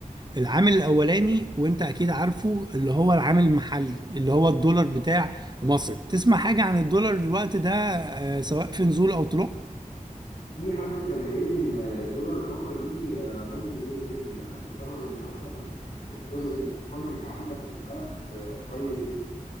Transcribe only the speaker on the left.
في حد كان قايل لي ان الدولار الفتره دي آه، ممكن ينزل آه، بسبب ان مثلا يعني الجزء الايكونوميك عندك في البلد آه، كويس جدا